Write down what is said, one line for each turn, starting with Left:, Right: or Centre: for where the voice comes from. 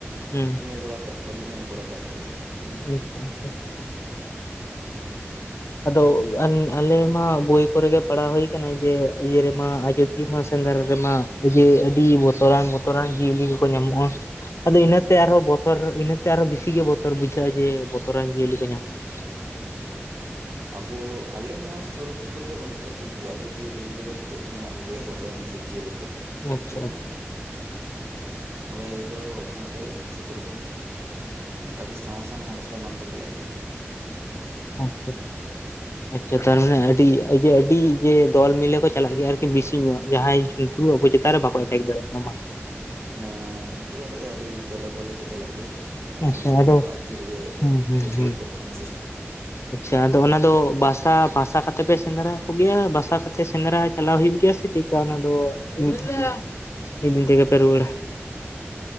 Left: ᱦᱩᱸ
Right: ᱧᱮᱞ ᱵᱟᱲᱟ ᱟᱠᱟᱜ ᱠᱚᱣᱟᱞᱤᱧ ᱧᱟᱢ ᱵᱟᱲᱟ ᱟᱠᱟᱫ ᱠᱚᱣᱟᱞᱤᱧ ᱾
Left: <inaudible> <unintelligible> ᱟᱫᱚ ᱟᱱ ᱟᱞᱮ ᱢᱟ ᱵᱳᱭ ᱠᱚᱨᱮ ᱜᱮ ᱯᱟᱲᱦᱟᱣ ᱦᱩᱭ ᱟᱠᱟᱱᱟ ᱡᱮ ᱤᱭᱟᱹ ᱨᱮᱢᱟ ᱟᱡᱚ ᱫᱤᱭᱟᱹ ᱢᱟ ᱥᱮᱸᱫᱽᱨᱟ ᱨᱮᱢᱟ ᱡᱮ ᱟᱹᱰᱤ ᱵᱚᱛᱚᱨᱟᱱ ᱵᱚᱛᱚᱨᱟᱱ ᱡᱤᱭᱟᱹᱞᱤ ᱠᱚᱠᱚ ᱧᱟᱢᱚᱜᱼᱟ ᱾ ᱟᱫᱚ ᱤᱱᱟᱹᱛᱮ
Right: ᱦᱮᱸ
Left: ᱟᱨᱦᱚᱸ ᱵᱚᱛᱚᱨ ᱤᱱᱟᱹᱛᱮ ᱟᱨᱦᱚᱸ ᱵᱮᱥᱤ ᱜᱮ ᱵᱚᱛᱚᱨ ᱵᱩᱡᱷᱟᱹᱜᱼᱟ ᱡᱮ ᱵᱚᱛᱚᱨᱟᱱ ᱡᱤᱭᱟᱹᱞᱤ ᱠᱚ ᱧᱟᱢᱟᱜᱼᱟ ᱾
Right: ᱟᱵᱚ ᱟᱞᱮ ᱱᱚᱣᱟ ᱥᱩᱨ ᱵᱤᱨ ᱠᱚᱨᱮ ᱫᱚ ᱵᱟᱹᱱᱩᱜ ᱠᱚᱣᱟ ᱠᱤᱱᱛᱩ ᱟᱡᱚᱫᱤᱭᱟᱹ ᱵᱩᱨᱩ ᱨᱮᱫᱚ ᱱᱤᱛᱚᱜ ᱦᱚᱸ ᱢᱮᱱᱟᱜ ᱠᱚ ᱜᱮᱭᱟ ᱵᱚᱛᱚᱨᱟᱱ ᱡᱤᱵᱽ ᱡᱤᱭᱟᱹᱞᱤ ᱠᱚ
Left: ᱟᱪᱪᱷᱟ
Right: ᱛᱚ ᱚᱸᱰᱮ ᱫᱚ ᱚᱱᱟᱛᱮ ᱡᱚᱛᱚ ᱨᱚᱠᱚᱢ <inaudible> ᱟᱹᱰᱤ ᱥᱟᱸᱦᱚᱥᱟᱱ ᱦᱚᱲ ᱪᱷᱟᱲᱟ ᱵᱟᱝᱠᱚ ᱪᱟᱞᱟᱜ ᱜᱮᱭᱟ ᱾
Left: ᱟᱪᱪᱷᱟ
Right: ᱦᱮᱸ
Left: ᱟᱪᱪᱷᱟ ᱾ ᱛᱟᱨᱢᱟᱱᱮ ᱟᱹᱰᱤ ᱟᱹᱰᱤ ᱡᱮ ᱫᱚᱞ ᱢᱤᱞᱮ ᱠᱚ ᱪᱟᱞᱟᱜ ᱜᱮᱭᱟ ᱟᱨᱠᱤ ᱵᱤᱥᱤ ᱧᱚᱜ ᱡᱟᱦᱟᱸᱭ <unintelligible> ᱟᱵᱩ ᱪᱮᱛᱟᱱ ᱨᱮ ᱵᱟᱠᱚ
Right: ᱦᱮᱸ
Left: ᱮᱴᱮᱠ ᱫᱟᱲᱮᱭᱟᱜ ᱢᱟ ᱵᱟᱝ <inaudible>
Right: ᱦᱮᱸ ᱩᱱᱠᱩ ᱫᱚ ᱚᱸᱰᱮ ᱫᱚ ᱟᱹᱰᱤ ᱫᱚᱞᱮ ᱵᱚᱞᱮ ᱠᱚ ᱪᱟᱞᱟᱜ ᱜᱮᱭᱟ ᱟᱨ
Left: ᱟᱪᱪᱷᱟ
Right: ᱥᱟᱱᱟᱢ
Left: ᱟᱫᱚ
Right: ᱦᱚᱲᱟᱜ ᱛᱤ ᱨᱮᱜᱮ
Left: ᱦᱩᱸ ᱦᱩᱸ
Right: ᱦᱟᱹᱛᱭᱟᱹᱨ
Left: ᱦᱩᱸ
Right: ᱠᱚ ᱛᱟᱦᱮᱱ ᱜᱮᱭᱟ᱾
Left: ᱟᱪᱪᱷᱟ, ᱟᱫᱚ ᱚᱱᱟ ᱫᱚ ᱵᱟᱥᱟ ᱵᱟᱥᱟ ᱠᱟᱛᱮ ᱯᱮ ᱥᱮᱸᱫᱽᱨᱟ ᱠᱚᱜᱮᱭᱟ ᱵᱟᱥᱟ ᱠᱟᱛᱮ ᱥᱮᱸᱫᱽᱨᱟ ᱪᱟᱞᱟᱣ ᱦᱩᱭᱩᱜ ᱜᱮᱭᱟ ᱥᱮ ᱪᱮᱫ <unintelligible> ᱫᱚ ᱢᱤᱫ ᱢᱤᱫ ᱫᱤᱱ ᱛᱮᱜᱮ ᱯᱮ ᱨᱩᱣᱟᱹᱲᱟ ᱾